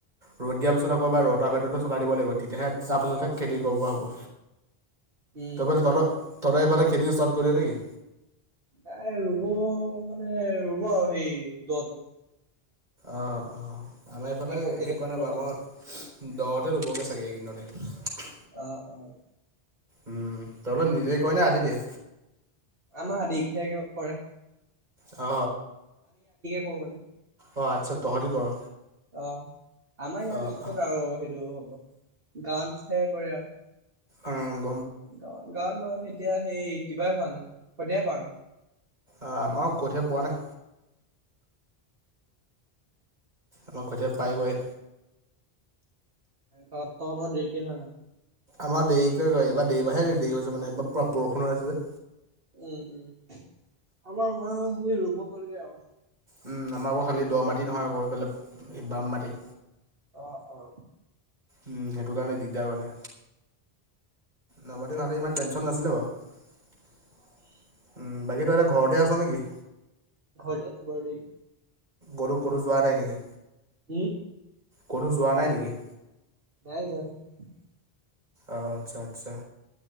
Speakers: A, on the right; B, on the right.
A: ৰ'দ দিয়া পিছত আও কবাৰ পৰা ৰতা ভেতটো চলাই দিব লাগিব। তিতিয়াহে তাৰপিছতহে
B: অ
A: খেতি
B: অ
A: কৰিব পৰা হ'ব।
B: উম
A: তাপিল তহঁতৰ তহঁত হেফালে খেতি ষ্টাৰ্ট কৰিলে নেকি।
B: নাই ৰুব, মানে ৰুব আৰু এই দটো।
A: অ, আমাৰ এইফালে
B: এসপ্তাহ
A: হেই
B: দুসপ্তাহৰ
A: কৰা নাই বাৰ
B: পাছত
A: আমাৰ দতে ৰুবগে চা চাগে এইকেদিনতে।
B: অ অ,
A: উম তহঁত নিজে কয়ে নে আধি দিয়ে।
B: আমাৰ আধি হে কৰে।
A: অ,
B: কৌ মানে
A: অ আচ্ছা তহঁতি কৰ
B: অ', আমাৰ ইয়াত
A: অঁ অঁ
B: ক'ত আৰু হেইটো হব। <inaudible> গান্ত হে কৰে আৰু।
A: অ'।
B: গাঁও- গাঁওত বাৰু হেই এতিয়া সেই কিবা হোৱা নাই, পঠিয়াব পাৰা নাই।
A: আ আমাও কঠীয়া পৱা নাই। আমা কঠীয়া পাৰিবহে।
B: তহঁতৰ দেৰিকে হয় মানে?
A: আমাৰ দেৰিকৈ কৰে এইবাৰ দেৰিবঢাহে দেৰি হৈছে মানে এইবাৰ পৰা বৰষুণ হৈ আছে যে
B: উম উম আমাৰ মান সেই ৰুব হ'লগে আও
A: উম, আমাৰ আকৌ খালি দ মাটি নহয় আকৌ সিফালে বাম মাটি।
B: অ' অ'।
A: উম, সেইটো কাৰণে দিগদাৰ মানে। লগৰটো বাবে ইমান টেনচন নাছিলে বাৰু। উম, বাকী তই এতিয়া ঘৰতে আছ নেকি?
B: ঘৰতে আছোঁ বাৰু দে।
A: কতো কতো যোৱা নাই নেকি?
B: কি?
A: কতো যোৱা নাই নেকি?
B: নাই যোৱা নাই।
A: অ'আচ্ছা আচ্ছা।